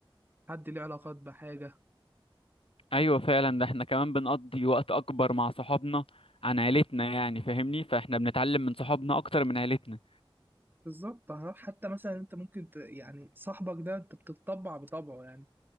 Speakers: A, on the right (about 20°); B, on the left (about 75°).
A: حد ليه علاقات بحاجة
B: ايوه فعلا ده احنا كمان بنقضي وقت اكبر مع صحابنا عن عيلتنا يعني فاهمني فاحنا بنتعلم من صحابنا اكتر من عيلتنا
A: بالظبط أه، حتى مثلا أنت ممكن ت... يعني صاحبك ده أنت بتطبع بطبعه يعني